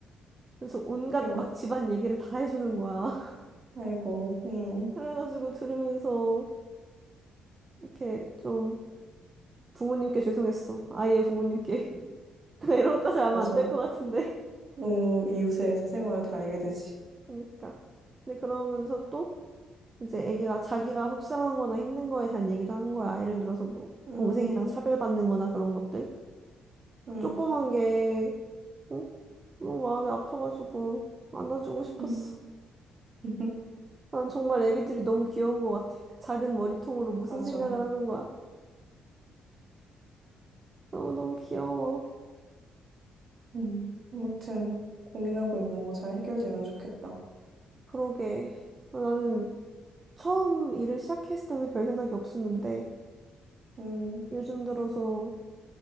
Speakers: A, on the right (about 30°); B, on the right (about 50°).
A: 그래서 온갖
B: 귀여워.
A: 막 집안 얘기를 다 해주는 거야. <laughs>
B: 아이고 응
A: 그래가지고 들으면서 이렇게 좀 부모님께 죄송했어. 아이의 부모님께. <laughs> 내가 이런 것까지 하면
B: 맞아.
A: 안 될 것 같은데. <laughs>
B: 너무 이웃의 사생활을 다 알게 되지.
A: 그러니까. 근데 그러면서 또 이제 애기가 자기가 속상한 거나 힘든 거에 대한 얘기도 한 거야. 예를 들어서 뭐
B: 음,
A: 동생이랑 차별받는 거나 그런 것들.
B: 음,
A: 조그만 게 응? 너무 마음이 아파가지고 안아주고 싶었어.
B: 음. <laughs>
A: 난 정말 애기들이 너무 귀여운 것 같아. 그 작은 머리통으로 무슨
B: 맞아.
A: 생각을 하는 거야. 너무너무 귀여워.
B: 음. 아무튼 고민하고 있는 거 잘 해결되면 좋겠다.
A: 그러게. 나는 처음 일을 시작했을 때는 별 생각이 없었는데
B: 음,
A: 요즘 들어서